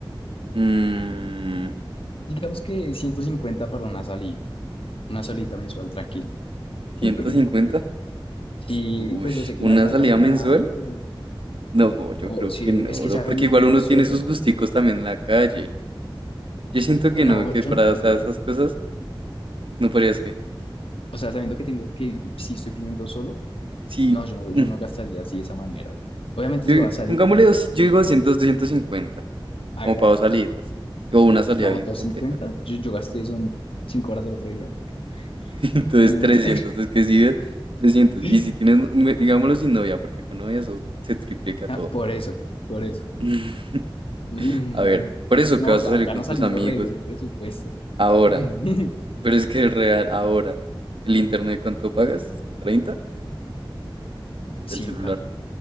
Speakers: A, on the right; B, on the left.
A: mm,
B: Digamos que 150 para una salida, una salita mensual tranquila.
A: ciento
B: <clears throat>
A: cincuenta
B: Sí,
A: Uy,
B: pues yo sé que
A: ¿una
B: no alcanza
A: salida
B: para
A: mensual?
B: nada, pero
A: No, yo
B: o
A: creo
B: si
A: que no,
B: es que
A: bro,
B: ya
A: porque
B: viviendo
A: igual uno
B: solo,
A: tiene sus gusticos también en la calle. Yo siento que
B: no,
A: no, que
B: yo
A: para,
B: no podría.
A: o sea, esas cosas no podrías que.
B: O sea, sabiendo que tengo que, si estoy viviendo solo,
A: Sí,
B: no, yo no,
A: mm,
B: yo no gastaría así de esa manera. Obviamente
A: yo,
B: si voy a salir
A: pongámosle, dos-
B: y
A: yo digo doscientos, doscientos cincuenta,
B: hágale,
A: como para
B: hágale,
A: dos salidas,
B: así.
A: o una salida
B: No,
A: bien
B: doscientos
A: completa.
B: cincuenta Yo, yo gasté eso en 5 horas el otro día. marica.
A: <laughs> Entonces
B: Eh,
A: 300, entonces que si ves, 300.
B: <laughs>
A: Y si tienes, no- me- digámoslo sin novia, porque con novia eso se triplica
B: ah,
A: todo.
B: por eso, por eso.
A: <laughs>
B: Mm,
A: A ver, por eso
B: no,
A: que vas
B: ya,
A: a salir
B: ya
A: con
B: no
A: tus
B: salimos
A: amigos.
B: re con el presupuesto.
A: Ahora,
B: <laughs>
A: Pero es que es real, ahora, el internet, ¿cuánto pagas? treinta
B: cien
A: Del celular.
B: k